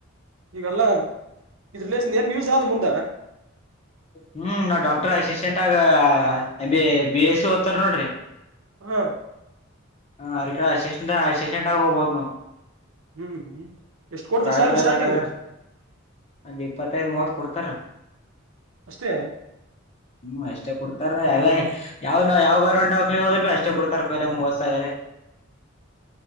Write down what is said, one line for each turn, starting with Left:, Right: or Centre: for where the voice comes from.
Right: ಈಗಲ್ಲ ಇದ ರಿಲೇಶನ್ ಏನ್ ನ್ಯಸ್ ಆದ ಮುಂದೆ
Left: ಹ್ಞೂ ನಾವು ಡಾಕ್ಟ್ರ ಅಸಿಸ್ಟೆಂಟಗ M B B S C ಓದ್ತಾರೆ ನೋಡಿ್ರರಿ
Right: ಹ್ಮ
Left: ಹ್ಮ್ ಅರಿಕ ಅಸಿಸ್ಟೆಂಟ್ ಅಸಿಸ್ಟೆಂಟ್ ಆಗ ಹೋಗ್ಬೋದ ನಾವ್
Right: ಹ್ಮ್ ಹ್ಮ್ ಎಷ್ಟ ಕೊಡ್ತ
Left: ಪ್ರೈವೇಟ್ದಾಗ
Right: ಸ್ಯಾಲ್ರಿ ಸ್ಟಾರ್ಟಿಂಗ್
Left: ಬೇಕಾದ್ರ ಒಂದ್ ಇಪ್ಪತ್ತೈದ ಮೂವತ್ ಕೊಡ್ತಾರ
Right: ಅಷ್ಟೇ
Left: ಹ್ಮ ಅಷ್ಟೇ ಕೊಡ್ತಾರೆ ಎಲ್ಲ ಯಾವ್ ನಾವ್ ಯಾವ ಗರ್ಮೆಂಟ್ ದವಖಾನಿಗ ಹೋದುರ್ಬಿ ಅಷ್ಟೇ ಕೊಡ್ತಾರ ಪೈಲೆ ಮೂವತ್ಸ್ ಸಾವಿರೆ